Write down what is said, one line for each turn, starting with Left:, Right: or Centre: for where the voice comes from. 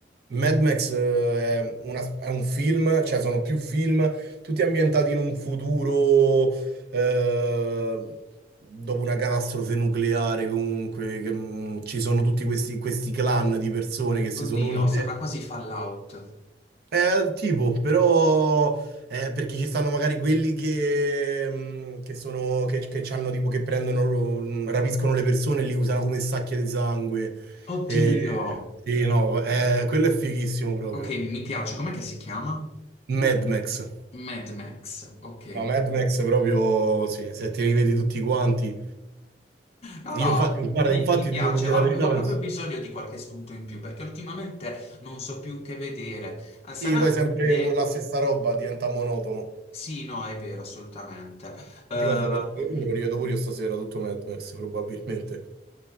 Right: Mad Max eh, è, una- è un film, cioè sono più film, tutti ambientati in un futuro eh, dopo una catastrofe nucleare, comunque, che, mm, ci sono tutti questi, questi clan di persone che si
Left: Oddio,
Right: sono unite
Left: sembra quasi Fallout.
Right: Eh, tipo, però, eh, perché ci stanno magari quelli che, mh, che sono, che, che c'hanno tipo, che prendono, mh, rapiscono le persone e li usano come sacche di sangue.
Left: Oddio.
Right: Eh, sì, no, eh, quello è fighissimo proprio.
Left: Ok, mi piace. Com'è che si chiama?
Right: Mad Max.
Left: Mad Max, ok.
Right: No, Mad Max proprio, sì, se ti rivedi tutti quanti.
Left: No,
Right: Io,
Left: no,
Right: fa- guarda,
Left: mi,
Right: infatti,
Left: mi piace.
Right: ti devo dire
Left: Avevo
Right: la verità, penso.
Left: proprio bisogno di qualche spunto in più perché ultimamente non so più che vedere. Eh, Sarà
Right: Sì, poi sempre
Left: che...
Right: mo- la stessa roba diventa monotono.
Left: Sì, no, è vero, assolutamente. Ehm,
Right: Ti guarda, penso che me lo rivedo pure io stasera, tutto Mad Max, probabilmente.